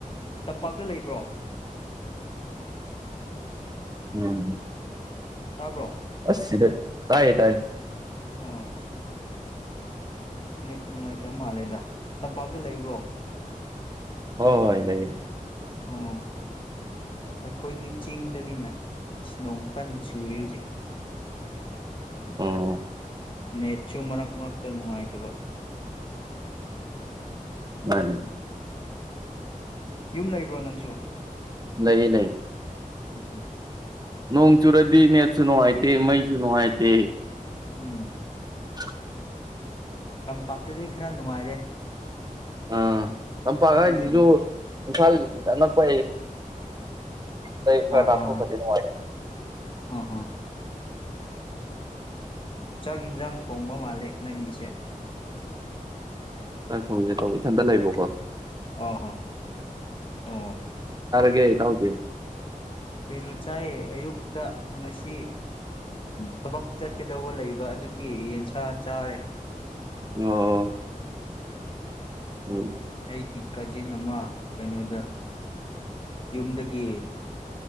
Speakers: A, on the left; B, on the right.
A: ꯇꯝꯄꯥꯛꯇ ꯂꯩꯕ꯭ꯔꯣ
B: ꯎꯝ
A: ꯇꯥꯕ꯭ꯔꯣ
B: ꯑꯁ ꯇꯥꯏꯌꯦ ꯇꯥꯏꯌꯦ
A: ꯑꯣ ꯅꯦꯠ ꯅꯨꯡꯉꯥꯏꯇꯕ ꯃꯥꯜꯂꯦꯗ ꯇꯝꯄꯥꯛꯇ ꯂꯩꯕ꯭ꯔꯣ
B: ꯍ ꯍꯣꯏ ꯂꯩꯏꯌꯦ
A: ꯑꯣ ꯑꯩꯈꯣꯏꯗꯤ ꯆꯤꯡꯗꯅꯤꯅ ꯣꯡ ꯀꯟ ꯁꯨꯔꯤ ꯍꯧꯖꯤꯛ
B: ꯑꯣ
A: ꯅꯦꯠꯁꯨ ꯃꯔꯛ ꯃꯔꯛꯇ ꯅꯨꯡꯉꯥꯏꯇꯕ
B: ꯃꯥꯅꯦ
A: ꯎꯝ ꯌꯨꯝ ꯂꯩꯕ꯭ꯔꯣ ꯅꯪꯁꯨ
B: ꯅ ꯅ
A: ꯎꯝ ꯍꯝ
B: ꯅꯣꯡ ꯆꯨꯔꯗꯤ ꯃꯁꯨꯅꯅꯨꯡ ꯍꯥꯏꯥꯏꯇꯦ ꯃꯩꯁꯨꯅꯅꯨꯡꯉꯥꯏꯇꯦ
A: ꯎꯝ
B: <unintelligible> <inaudible>
A: ꯇꯝꯄꯥꯛꯇꯗꯤ ꯈꯔ ꯅꯨꯡꯉꯥꯏꯔꯦ
B: ꯑꯥ ꯂꯝꯝꯄꯥꯉꯁꯨ
A: ꯆꯤꯡꯗꯒꯤꯗꯤ
B: ꯏꯝꯐꯥꯜ ꯑꯗꯨ ꯅ ꯄ ꯋꯥ
A: ꯑꯥ
B: ꯂꯥꯛꯣ
A: ꯍꯥ ꯍꯥ
B: ꯈꯗꯤꯅ
A: ꯑꯥ ꯍꯥ ꯆ ꯆꯥꯛ ꯌꯦꯟꯖꯥꯡ ꯊꯣꯡꯕ ꯃꯥꯜꯂ ꯦ ꯅꯪꯒꯤꯁꯦ
B: ꯆ ꯊꯧꯒꯦ ꯇꯧ ꯁꯟꯇ ꯂꯩꯕꯣꯀꯣ
A: ꯑ ꯍ ꯑ
B: ꯦ ꯇꯥꯎꯗꯦ
A: ꯀꯩꯅꯣ ꯆꯥꯏꯌꯦ ꯑꯌꯨꯛꯇ ꯉꯁꯤ ꯊꯕꯛ ꯆꯠꯀꯗꯧꯕ ꯂꯩꯕ ꯑꯗꯨꯒꯤ ꯌꯦꯟꯁꯥ ꯆꯥꯔꯦ
B: ꯑꯣ ꯑꯣ
A: ꯑꯩꯒꯤ ꯀꯥꯖꯤꯟ ꯑꯃ ꯀꯩꯅꯣꯗ ꯌꯨꯝꯗꯒꯤ